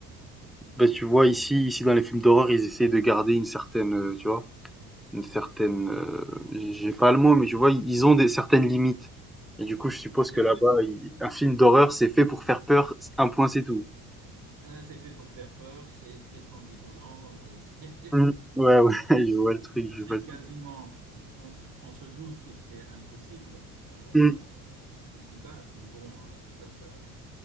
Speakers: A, in the centre; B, on the right.
A: Bah, tu vois, ici, ici, dans les films d'horreur, ils essayent de garder une certaine, euh, tu vois, une certaine, euh, j'ai pas le mot, mais tu vois, ils ont des certaines limites. Et du coup, je suppose
B: Oui.
A: que là-bas, il- un film d'horreur, c'est fait pour faire peur, un point, c'est tout.
B: Ah, c'est fait pour faire peur, c'est très sanguinolent, euh, <laughs> c'est
A: Mm. Ouais, ouais, <laughs> je vois le truc,
B: c'est
A: je vois le
B: quasiment,
A: truc.
B: on, se on se doute que c'est impossible euh,
A: Mm.
B: qu'il s'y passe, mais bon, euh, ça, ça,